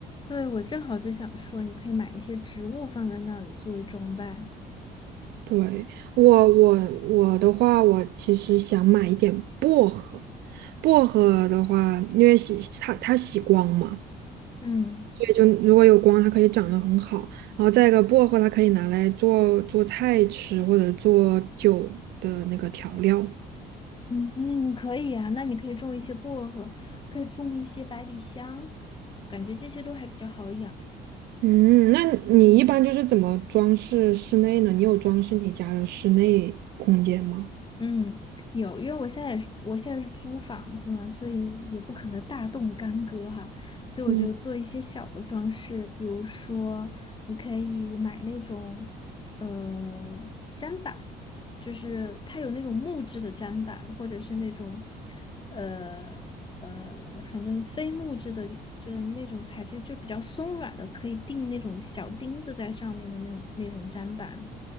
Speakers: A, on the left; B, on the right.
A: 对，我正好就想说，你可以买一些植物放在那里作为装扮。
B: 对，我我我的话，我其实想买一点薄荷，薄荷的话，因为喜它它喜光嘛。
A: 嗯
B: 对，就如果有光，它可以长得很好。然后再一个，薄荷它可以拿来做做菜吃，或者做酒的那个调料。
A: 嗯，嗯，可以啊。那你可以种一些薄荷，可以种一些百里香，感觉这些都还比较好养。
B: 嗯，那你一般就是怎么装饰室内呢？你有装饰你家的室内空间吗？
A: 嗯，有，因为我现在也是，我现在是租房子嘛，所以也不可能大动干戈哈，所以我就做一些小的装饰，
B: 嗯
A: 比如说你可以买那种呃砧板，就是它有那种木质的砧板，或者是那种呃呃，反正非木质的，就是那种材质就比较松软的，可以钉那种小钉子在上面的那种那种砧板。